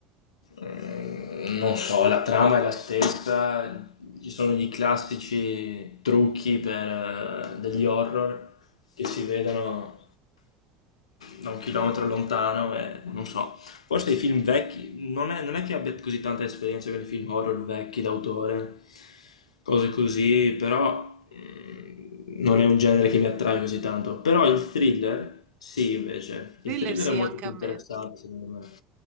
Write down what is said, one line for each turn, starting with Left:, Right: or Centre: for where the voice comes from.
Left: mm, non so, la trama è la stessa, ci sono gli classici trucchi per, eh, degli horror che si vedono da un chilometro lontano e non so, Forse i film vecchi, non è, non è che abbia così tanta esperienza con i film horror vecchi d'autore, cose così, però mm, non è un genere che mi attrae così tanto. Però il thriller, sì, invece,
Right: Thriller
Left: il thriller
Right: sì,
Left: è molto
Right: anche
Left: più
Right: a
Left: interessante
Right: me.
Left: secondo me.